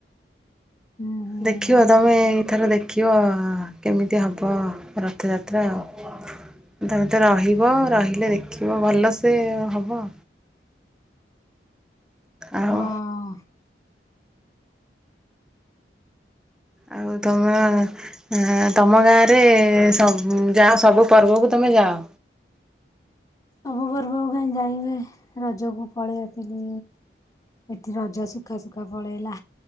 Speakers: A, on the left; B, in the centre.
A: ହୁଁ। ହୁଁ
B: ଦେଖିବ ତମେ ଏଇଥର ଦେଖିବ କେମିତି ହବ ରଥଯାତ୍ରା ଆଉ। ତମେ ତ ରହିବ ରହିଲେ ଦେଖିବ ଭଲ ସେେ ହବ।
A: ହଁ।
B: ଆଉ ଆଉ ତମେ ହ ତମ ଗାଁରେ ସବୁ ଯାଅ ସବୁ ପର୍ବକୁ ତମେ ଯାଅ।
A: ସବୁ ପର୍ବକୁ କାଇଁ ଯାଇହୁଏ ରଜକୁ ପଳେଇ ଆଇଥିଲି। ଏଠି ରଜ ଶୁଖା ଶୁଖା ପଳେଇଲା।